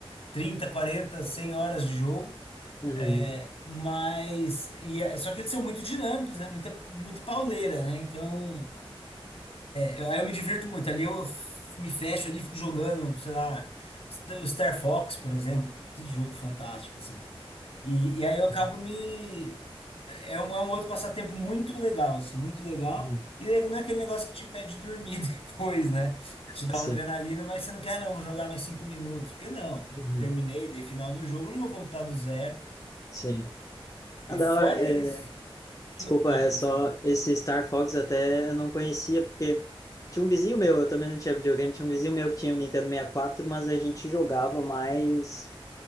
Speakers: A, on the left (about 70°); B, on the left (about 35°).
A: 30, 40, 100 horas de jogo.
B: Uhum,
A: É, mas. E é- só que eles são muito dinâmicos, né? Muita, muito pauleira, né? Então. Eu- Aí eu me divirto muito. Ali eu f- me fecho ali, fico jogando, sei lá, o Star Fox, por exemplo. Que jogo fantástico, assim. E, e aí eu acabo
B: uhum,
A: me. É um, é um outro passatempo muito legal, assim, muito legal.
B: uhum.
A: E daí não é aquele negócio que te impede de dormir <laughs> depois, né? Te dá
B: sim,
A: uma adrenalina, mas você não quer, "Ah, não, vou jogar mais cinco minutos. Porque não, eu
B: Uhum,
A: terminei, dei final no jogo, não vou voltar do zero.
B: sim.
A: E
B: Ah, da
A: fora
B: hora. Eh,
A: isso, que
B: Desculpa,
A: eu... Ah,
B: é
A: pode
B: só
A: falar.
B: esse Star Fox até eu não conhecia, porque tinha um vizinho meu, eu também não tinha videogame, tinha um vizinho meu que tinha o Nintendo 64, mas a gente jogava mais.